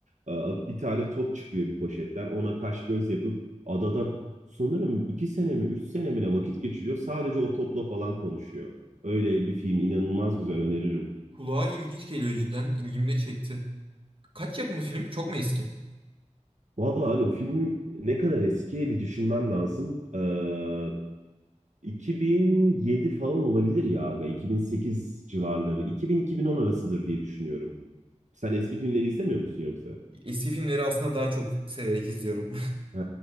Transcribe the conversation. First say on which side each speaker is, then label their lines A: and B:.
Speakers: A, on the right; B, on the right.
A: Ee, bir tane top çıkıyor bir poşetten. Ona kaş göz yapıp adada sanırım iki sene mi üç sene mi ne vakit geçiriyor. Sadece o topla falan konuşuyor. Öyle bir film inanılmaz güzel öneririm.
B: kulağa ilginç geliyor cidden. İlgimi de çekti. Kaç yapımı film? Çok mu eski?
A: Vallahi aga bu film ne kadar eski bir düşünmem lazım. Ee, 2007 falan olabilir ya aga. 2008 civarları. 2000-2010 arasıdır diye düşünüyorum. Sen eski filmleri izlemiyor musun yoksa?
B: Eski filmleri aslında daha çok severek izliyorum.
A: He.